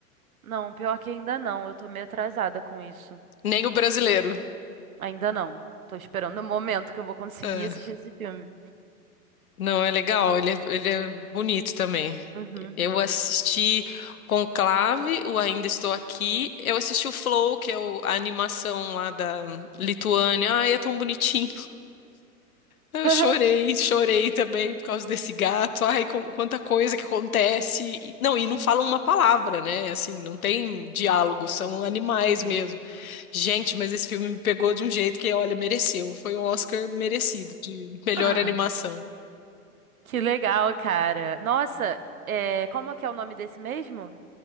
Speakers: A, on the right; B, on the left.
A: Não, pior que ainda não. Eu tô meio atrasada com isso.
B: Nem o brasileiro.
A: Ainda não. Tô esperando o momento que eu vou conseguir
B: É.
A: assistir esse filme.
B: Não, é legal, ele é, ele é bonito também.
A: Uhum.
B: Eu assisti Conclave, o Ainda Estou Aqui. Eu assisti o Flow, que é o- a animação lá da Lituânia. Ai, é tão bonitinho. Eu
A: <laughs>
B: chorei, chorei também por causa desse gato. Ai, co- quanta coisa que acontece. E- Não, e não falam uma palavra, né? Assim, não tem diálogo, são animais
A: Uhum.
B: mesmo. Gente, mas esse filme me pegou de um jeito que, olha, mereceu. Foi um Oscar merecido de melhor
A: <laughs>
B: animação.
A: Que legal, cara. Nossa, é, como que é o nome desse mesmo?